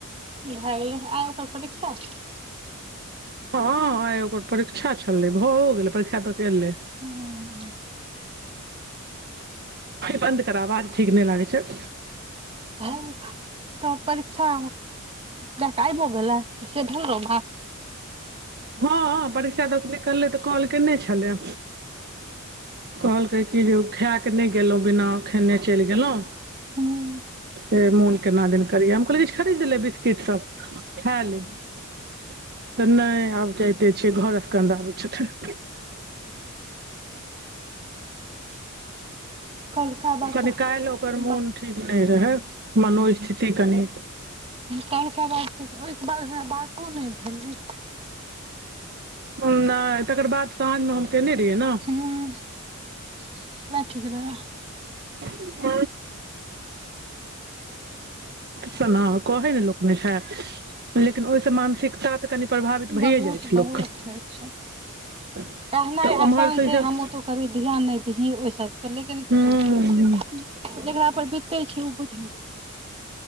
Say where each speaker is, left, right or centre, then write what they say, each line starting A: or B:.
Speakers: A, on the right (about 25°); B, on the right (about 50°).
A: भए गेलै आइ ओकर परीक्षा छै
B: हँ हँ आइ ओकर परीक्षा छलै भऽ गेलै परीक्षा दऽ कऽ एलै
A: हू उ
B: बन्द कर वाज ठीक नैं लागै छै
A: <inaudible> तऽ परीक्षा दके आइबो गेलै से भेलै ने
B: हँ परीक्षा तऽ कऽ निकललै तऽ कॉल केने छलै कहलकै की जे ओ खैय कऽ नहि गेलहु बिना खेने चैल गेलौ
A: हूँ
B: ओ मन केना दन करियै हम कहलिय किछु खरीदले बिस्किट सब खा ले तऽ नहि आब जाइते छियै घरे पर कनी रहबै छुछुन
A: कौलका बात
B: कनी काल्हि ओकर मोन
A: बा
B: ठीक नै रहै मनोस्थिति कनी
A: कैलका बाद ओहिके बाद हमरा बात कहाँ नहि भेलै
B: ओहनाए तकर बाद साँझमे हम केममफ आ ऋ
A: <inaudible>
B: <unintelligible> सुनाउ कहै ने लोक ने छै लेकिन ओहिसँ मानसिकता तऽ कनि प्रभावित भइए
A: बहुत
B: जाइ छै
A: बहुत
B: लोकके
A: होइ छै
B: तऽ
A: कहनाइ आसान
B: ओमहर स
A: छै
B: इ सब
A: हमहूँ तो कभी ध्यान नहि दही ओहि सबके लेकिन
B: हूँ
A: जेकरा पर बीिते छै ऊभूज बुझैत छै